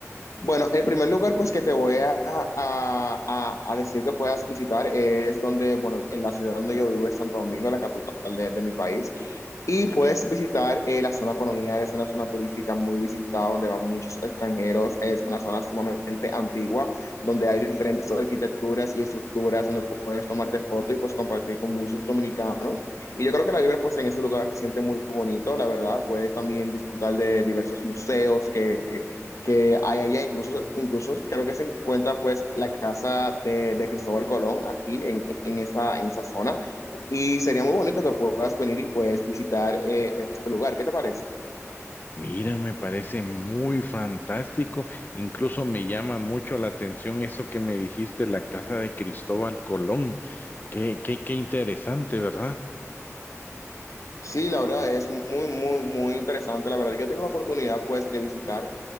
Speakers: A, on the left; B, on the left.
A: Bueno, el primer lugar pues que te voy a, a- a- a decir que puedas visitar es donde, bueno, en la ciudad donde yo vivo es Santo Domingo, la capital de, de mi país. Y puedes visitar eh, la zona colonial, es una zona turística muy visitada donde van muchos extranjeros, es una zona sumamente antigua, donde hay diferentes arquitecturas y estructuras donde puedes tomarte fotos y pues compartir con muchos dominicanos. Y yo creo que la vibra pues en ese lugar se siente muy bonito, la verdad, puedes también disfrutar de diversos museos que que hay allá, incluso, incluso creo que se encuentra pues la casa de, de Cristóbal Colón aquí en, en esa, en esa zona y sería muy bonito que puedas venir y pues visitar eh, este lugar, ¿qué te parece?
B: Mira, me parece muy fantástico. Incluso me llama mucho la atención eso que me dijiste, la casa de Cristóbal Colón. Qué, qué, qué interesante, ¿verdad?
A: Sí, la verdad es muy, muy, muy interesante, la verdad yo he tenido la oportunidad pues de visitar